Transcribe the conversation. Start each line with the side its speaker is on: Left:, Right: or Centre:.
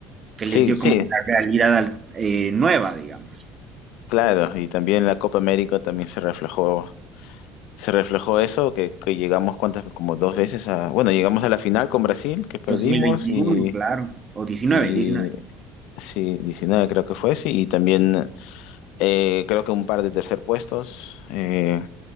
Right: Que
Left: Sí,
Right: les dio
Left: sí,
Right: como una realidad al- eh, nueva, digamos.
Left: claro. Y también la Copa América también se reflejó, se reflejó eso, que, que llegamos cuántas, como dos veces a, bueno, llegamos a la final con Brasil, que perdimos,
Right: dos mil veintiuno,
Left: y,
Right: claro, o 19,
Left: y
Right: 19.
Left: sí, 19 creo que fue, sí, y también eh, creo que un par de tercer puestos, eh,